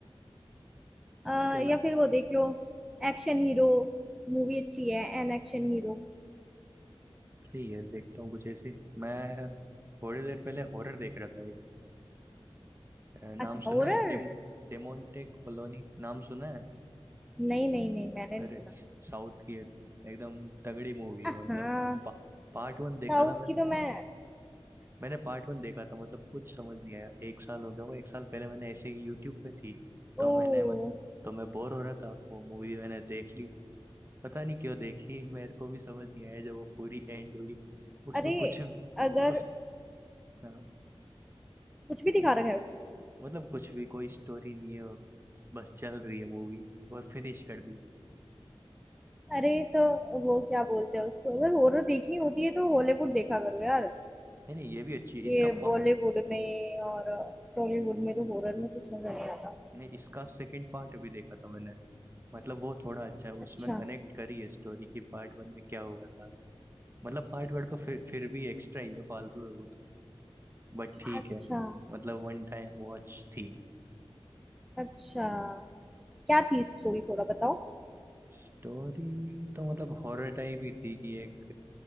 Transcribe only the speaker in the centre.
अ,
या फिर वो देख लो एक्शन हीरो मूवी अच्छी है एन एक्शन हीरो
अच्छा हॉरर
नहीं नहीं नहीं मैंने नहीं
सुना
हाँ
साउथ
की तो मैं
ओ
अरे
अगर
कुछ भी दिखा रखा है उसमें
अरे तो वो क्या बोलते हैं उसको अगर हॉरर देखनी होती है तो हॉलीवुड देखा करो यार
ये
बॉलीवुड में और टॉलीवुड में तो हॉरर में कुछ मजा नहीं आता
अच्छा
अच्छा
अच्छा क्या थी स्टोरी थोड़ा बताओ